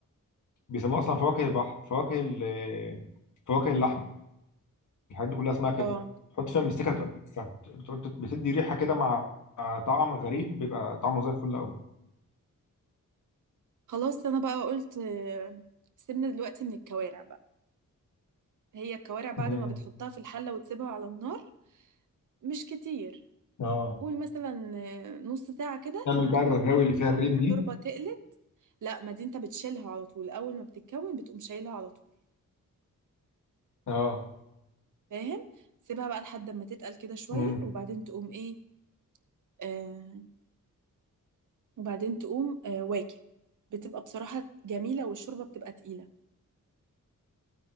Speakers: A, on the left; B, on the right.
A: بيسموه اصلا فواكه البحر فواكه ال- فواكه اللحم الحاجات دي كلها اسمها كده
B: اه
A: تحط فيها مستكه بتبقى تحفة. بتقعد- بتدي ريحه كده مع مع طعم غريب بيبقى طعمه زي الفل قوي
B: خلاص انا بقى قلت آه، سيبنا دلوقتي من الكوارع بقى هي الكوارع بعد
A: امم
B: ما بتحطها في الحلة وتسيبها على النار مش كتير
A: اه
B: قول مثلا آه، نص ساعة كده
A: تعمل
B: بتقوم
A: بقى الرغاوي اللي فيها الرين
B: الشوربة
A: دي
B: تقلت لا ما دي انت بتشيلها على طول اول ما بتتكون بتقوم شايلها على طول
A: اه
B: فاهم سيبها بقى لحد ما تتقل كده شوية
A: امم
B: وبعدين تقوم ايه آه وبعدين تقوم آه واكل بتبقى بصراحة جميلة والشوربة بتبقى تقيلة